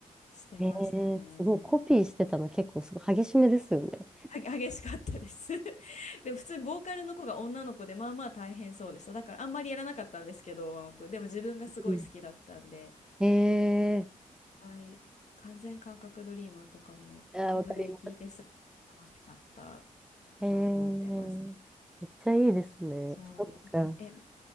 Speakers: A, on the left; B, in the centre.
A: してましたね。
B: ええすごい。コピーしてたの結構すごい激しめですよね。
A: は激しかったです <laughs> でも普通にボーカルの子が女の子でまあまあ大変そうでしただからあんまりやらなかったんですけどワンオクでも自分がすごい好きだったんで
B: うんええ
A: はい完全感覚ドリーマーとかもライブで聴いてすごい楽しかった
B: ああ、わかります。ええめっちゃいいですね。
A: のを覚えてますそうえ
B: そっか。